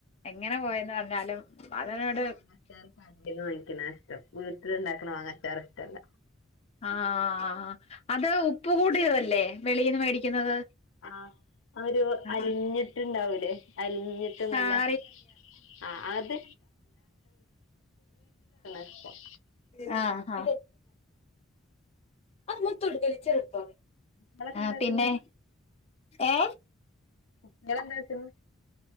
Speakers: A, on the left; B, on the left.
A: എങ്ങനെ
B: ആ
A: പോയെന്ന് പറഞ്ഞാലും അതിനോട്
B: എൻക്കും മാങ്ങാച്ചാറ് കടേന്ന് വാങ്ങി ക്കണാഷ്ടം വീട്ടില്ണ്ടാക്കണ മാങ്ങാച്ചാറിഷ്ടല്ല
A: ആ ആ അത് ഉപ്പ് കൂടിയതല്ലേ വെളീന്ന് മേടിക്കുന്നത്
B: ആ അവര്
A: ആ
B: അലിഞ്ഞിട്ടുണ്ടാവൂലേ അലിഞ്ഞിട്ട്ന്നല്ലേ
A: ആഹ്
B: ആ അത് ഇഷ്ടം
A: ആ ആആ അത് മൊത്തൊടുക്കല്ല് ചെറുപ്പം
B: കുട്ടികളൊക്കെ
A: ആഹ്
B: എന്താക്ക്ന്ന്
A: പിന്നെ ഏ
B: ഇങ്ങളെന്താത്തിന്ന്